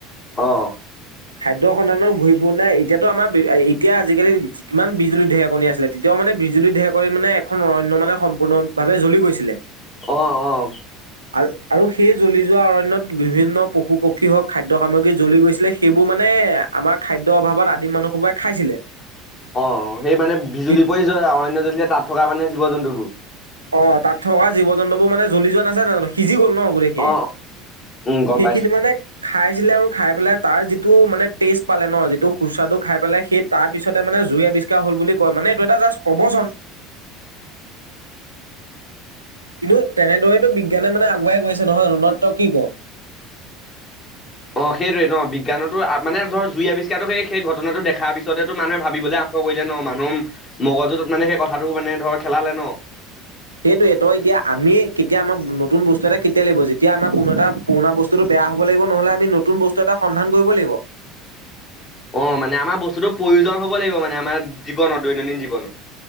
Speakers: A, on the left; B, on the right.
A: অ
B: খাদ্য সন্ধানৰ ঘূৰি ফুৰতে, এতিয়াতো আমাৰ এতিয়া আজিকালি কিমান বিজুলী ঢেৰেকনি আছিলে, তেতিয়াও আমাৰ মানে বিজুলী ধেৰেকণিত মানে এখন অৰণয় মানে সম্পূৰ্ণ ভাৱে জ্বলি গৈছিলে।
A: অ অ
B: আৰু আৰু সেই জ্বলি যোৱা অৰণয়ত বিভিন্ন পশু- পক্ষী হওক খাদ্যয় সামগ্ৰী জ্বলি গৈছিলে, সেইবোৰ মানে আমাৰ খাদ্য অভাৱত আদিম মানুহ সোপাই খাইছিলে।
A: অ', সেই মানে বিজুলী
B: তি-
A: পৰি জ অৰণ্য জলিছিলে তাত থকা মানে জীৱ-জন্তুবোৰ,
B: অ', তাত থকা জীৱ-জন্তু বোৰ মানে জ্বলি যোৱা নাছিল জানো সজি গ'ল ন' গোটেইখিনি,
A: অ উম গম
B: সেইখিনি
A: পাইছো
B: মানে খাই খাই পেলাই তাৰ যিটো মানে টেষ্ট পালে ন, যিটো সুস্বাদ্য খাই পেলাই সেই তাৰ পিছতে মানে জুয়ে আৱিষ্কাৰ হল বুলি কয়। মানে এইটো এটা জাষ্ট প্ৰবচন।
A: <unintelligible>
B: কিন্তু তেনেদৰেইতো বিজ্ঞানে মানে আগুৱাই গৈছে নহয়। নে ত‌ই কি ক‌ওঁ?
A: অ', সেইটোয়ে ন' বিজ্ঞানৰতো মানে ধৰ জুই আৱিষ্কাৰটো সেই সেই ঘটনাটো দেখাৰ পিছত পিছতে ত' মানুহে ভাবিবলৈ আৰম্ভ কৰিলে ন, মানুহৰ মগজুত মানে সেই কথাটো মানে ধৰ খেলালে ন'।
B: সেইটোয়ে, তই এতিয়া আমি কেতিয়া আমাক নতুন বস্তু এটা কেতিয়া লাগিব, যেতিয়া আমাৰ কোনো এটা পুৰণা বস্তুটো বেয়া হ'ব লাগিব। নহলে আমি নতুন বস্তু এটা সন্ধান কৰিব লাগিব।
A: অ', মানে আমাৰ বস্তুটো প্ৰয়োজন হ'ব লাগিব মানে, আমাৰ জীৱনত দৈনন্দিন জীৱনত। <inaudible>